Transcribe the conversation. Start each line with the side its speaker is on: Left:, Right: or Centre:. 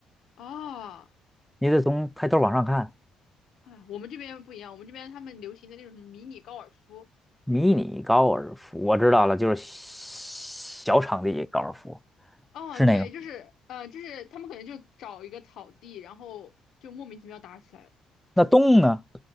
Left: 啊。
Centre: 你得从抬头往上看。
Left: 啊，我们这边不一样，我们这边他们流行的那种什么迷你高尔夫。
Centre: 迷你高尔夫，我知道了，就是小场地高尔夫，
Left: 哦，
Centre: 是那个。
Left: 对，就是呃，就是他们可能就找一个草地，然后就莫名其妙打起来了。
Centre: 那洞呢？